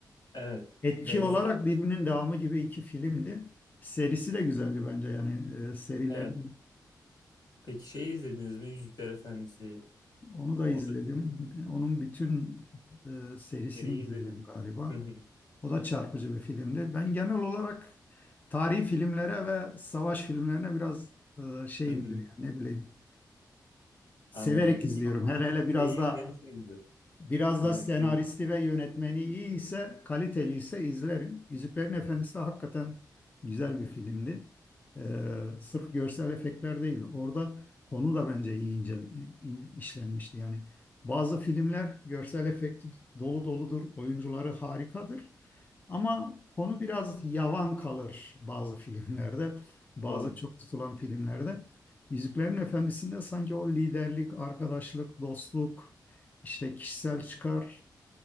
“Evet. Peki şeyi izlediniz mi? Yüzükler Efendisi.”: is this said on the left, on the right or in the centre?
Left